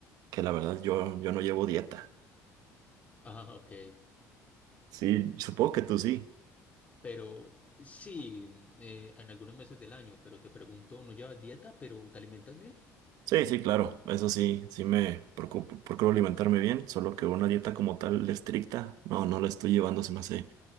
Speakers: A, on the right; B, on the left.
A: que la verdad yo, yo no llevo dieta.
B: Ah, ok.
A: Sí, supongo que tú sí.
B: Pero sí, eh, en algunos meses del año, pero te pregunto, ¿no llevas dieta, pero te alimentas bien?
A: Sí, sí, claro, eso sí, sí me preocupo, procuro alimentarme bien, solo que una dieta como tal estricta, no, no la estoy llevando, se me hace